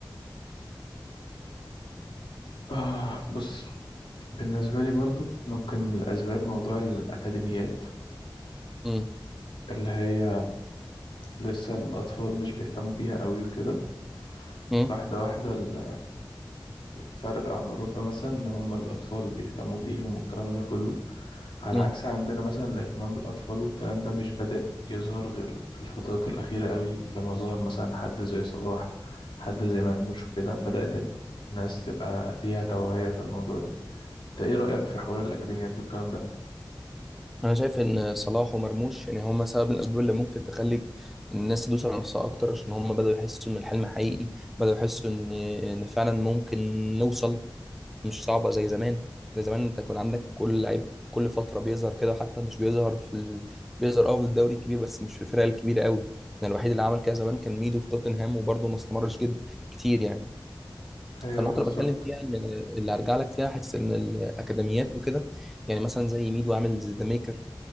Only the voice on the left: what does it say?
آه بص بالنسبه لي برضو ممكن من الاسباب موضوع الاكاديميات
اللي هي لسه الاطفال مش بيهتموا بيها قوي وكده
واحده واحده ال- فرق عن اوروبا مثلا ان هم الاطفال بيهتموا بيهم والكلام ده كله على
عكس عندنا مثلا الاهتمام بالأطفال والكلام ده مش بدأ يظهر غير في الفترات الأخيرة قوي لما ظهر مثلا حد زي صلاح حد زي مرموش وكده بدأت الناس تبقى ليها توعية في الموضوع ده انت ايه رأيك في حوار الأكاديميات والكلام ده؟
ايوه
بالظبط